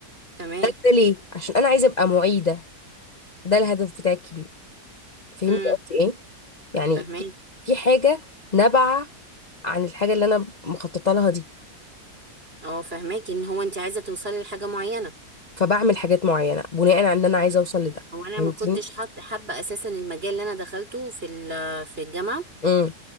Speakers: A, on the right (about 40°); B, on the left (about 35°).
A: تمام
B: ده ده ليه عشان انا عايزة ابقى معيدة ده الهدف بتاعي الكبير فهمتي
A: امم
B: قصدي ايه يعني
A: فهماكي
B: في في حاجة نابعة عن الحاجة اللي انا مخططة لها دي
A: اه فهماكي ان هو انت عايزه توصلي لحاجه معينه
B: فبعمل حاجات معينة بناء على ان انا عايزة اوصل لده
A: هو انا
B: فهمتيني
A: ما كنتش حاط حابه اساسا المجال اللي انا دخلته في ال- في الجامعه
B: امم